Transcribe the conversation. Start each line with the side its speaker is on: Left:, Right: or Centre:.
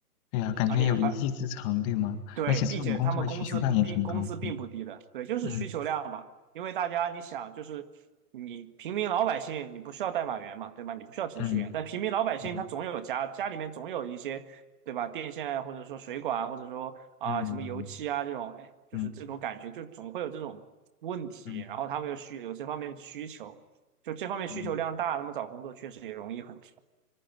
Left: 对呀，感觉有一技之长，
Right: 而且而
Left: 对吗？
Right: 对，
Left: 而且这种工作的需求量也挺高。
Right: 并且他们工资不并工资并不低的，
Left: 嗯
Right: 对，就是需求量嘛。
Left: 嗯
Right: 因为大家你想，就是你平民老百姓，你不需要代码员嘛，对吧？你不需要程序员，
Left: 嗯
Right: 但平民老百姓他总有家家里面总有一些，
Left: 嗯
Right: 对吧？电线啊或者说水管啊或者说啊、
Left: 嗯
Right: 什么油漆啊这种，哎，就是这种感觉，
Left: 嗯
Right: 就总会有这种问题。
Left: 嗯
Right: 然后他们又需有这方面的需求，就这方面需求量大，
Left: 嗯，
Right: 他们找工作确实也容易很多。